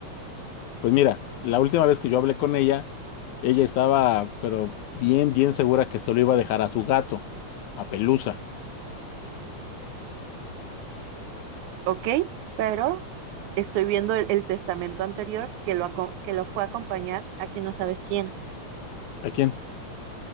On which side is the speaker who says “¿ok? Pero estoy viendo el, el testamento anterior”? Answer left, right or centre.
Right